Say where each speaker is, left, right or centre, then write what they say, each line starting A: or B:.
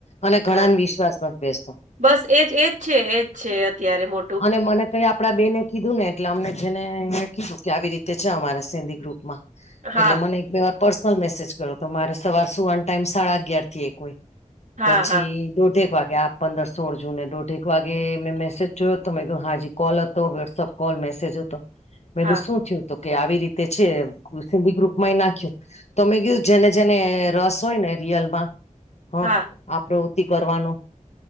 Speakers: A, on the left; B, on the right.
A: અને
B: હા
A: ઘણાને વિશ્વાસમાં ન બેસતો
B: બસ એજ એજ છે, એજ છે, અત્યારે મો
A: અને મને તો એ આપડા બેને કીધું ને એટલે અમને જેને અયા કીધું કે આવી રીતે છે, અમારા સેંધી ગ્રુપમાં
B: હા
A: એટલે મને એક બે વાર પર્સનલ મેસેજ કર્યોતો મારે સવાર સુવાન ટાઈમ સાડા અગિયારથી એક હોય
B: હા
A: પછી
B: હા
A: દોઢેક વાગે આપ પંદર સોળ જૂને દોઢેક વાગે મેં મેસેજ જોયો મેં હાજી કોલ હતો વોટ્સઅપ કોલ મેસેજ હતો મેં
B: હા
A: શું થયું હત કે આવી રીતે છે સિંધી ગ્રુપમાં એ નાખ્યું. તો મે કીધું કે જેને જેને રસ હોય ને રિયલમાં. હ
B: હા
A: આપ પ્રવૃત્તિ કરવાનું